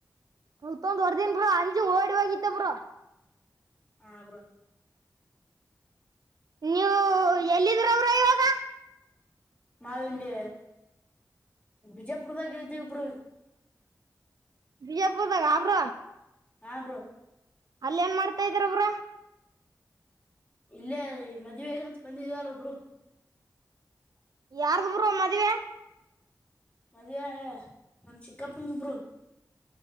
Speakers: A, on the right (about 65°); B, on the left (about 20°).
A: ಹೊಲ್ತೊಂದ್ ಹೊರದನ್ ಬ ಅಂಜ ಓಡಿ ಹಾಗತ ಬ್ರ
B: ಹ ಬ್ರೋ
A: ನೀವು ಎಲ್ಲಿದ್ರ ಅವ್ರ ಇವಾಗ
B: ನಾವ ಇಲ್ಲಿ ಬಿಜಾಪುರದಾಗ ಇದ್ದೀವಿ ಒಬ್ರು
A: ಬಿಜಪುದ ಗಾಮ್ರ
B: ಹಾ ಬ್ರೋ
A: ಅಲ್ಲ ಏನ್ ಮಾಡ್ತಾ ಇದ್ರ ಅವರು
B: ಇಲ್ಲೇ ಮದ್ವೇಗ ಅಂತ ಬಂದಿದವಲ್ಲ ಒಬ್ರು
A: ಯಾರ್ದ ಬುರು ಮದ್ವೆ
B: ಮದ್ನಮ ಚಿಕ್ಕಪ್ಪರು